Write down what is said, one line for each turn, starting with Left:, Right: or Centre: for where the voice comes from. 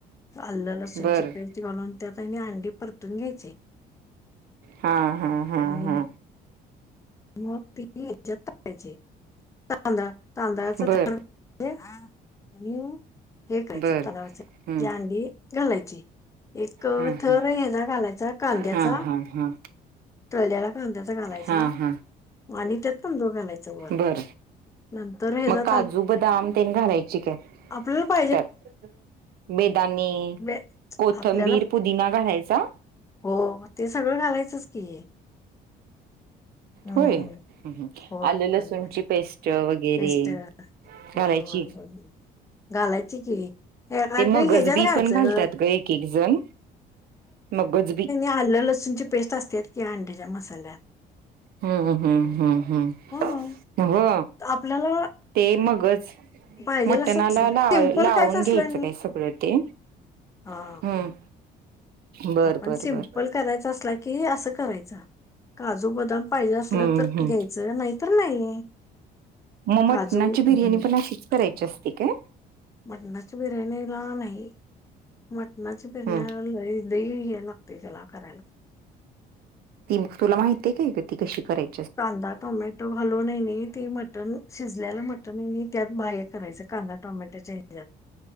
Left: आल्लं लसूणची
Right: बर
Left: पेस्ट घालून त्यात आणि अंडी परतून घ्यायची.
Right: हा हा हा
Left: आणि
Right: हा
Left: मग ते बी ह्याच्यात टाकायचे तांदाळा तांदळाच <unintelligible>
Right: बर
Left: ते आणि हे करायचं
Right: बर
Left: तलावायच
Right: हम्म
Left: ती अंडी घालायची. एक
Right: हा
Left: थर
Right: हा
Left: हेचा घालायचा कांद्याचा
Right: हा हा
Left: तळलेल्या कांद्याचा घालायचा.
Right: हा हा हा
Left: आणि त्यात तांदूळ घालायचं वर
Right: बर
Left: नंतर ह्याचा
Right: मग काजू बदाम तेन घालायची काय.
Left: आपल्या पाय
Right: त्यात बेदाने
Left: बे
Right: कोथंबीर
Left: आपल्याला
Right: पुदिना घालायचा.
Left: हो मं ते सगळं घालायचंच की हम्म
Right: होय हं हं
Left: होय
Right: आलं
Left: होय
Right: लसूणची
Left: होय
Right: पेस्ट वगैरे
Left: पेस्ट होय
Right: घालायची
Left: होय <unintelligible> घालायची की अगं
Right: ते मगज
Left: ह्याच्यात
Right: बी
Left: घालायचं
Right: पण घालतात ग एक एक जण मगज बी
Left: आल लसूणची पेस्ट असत्यात कि अंड्याच्या मसाल्यात
Right: हूं हूं हूं हूं
Left: हूं
Right: हो.
Left: त आपल्याला
Right: ते मगज
Left: पाहिजेल
Right: मटणाला
Left: असच सिम्पल
Right: लाव लावून
Left: कायच असलं
Right: घ्यायचं
Left: नाही
Right: काय सगळं ते
Left: हा.
Right: हम्म. बर
Left: आपण
Right: बर
Left: सिम्पल
Right: बर
Left: करायचा असला कि असं करायचा काजू बदाम पाहिजे असल
Right: हम्म
Left: तर
Right: हम्म
Left: घ्यायचं नाहीतर नाही
Right: मग
Left: काजू
Right: मटणाची बिर्याणी
Left: हं
Right: पण अशीच करायची असते काय.
Left: मटणाची बिर्याणीला नही. मटणाची पिरण्या
Right: हम्म.
Left: लयी लई हे लागतय त्याला करायला.
Right: तीनं तुला माहिती आहे काय ही गती कशी करेल.
Left: कांदा टोमॅटो घालून हे नय ते मटन शिजल्याला मटन त्यात बाह्य करायचं कांदा टोमॅटोचे ह्याज्यात